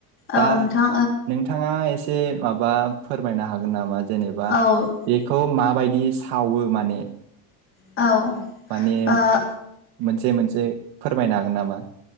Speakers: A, on the left; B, on the right.
A: औ
B: दा
A: नोंथां
B: नोंथाङा एसे एसे माबा फोरमायनो हागोन नामा? जेनेबा
A: ओ औ
B: बेखौ मा बायदि सावो माने
A: औ
B: माने
A: ओ
B: मोनसे मोनसे फोरमायनो हागोन नामा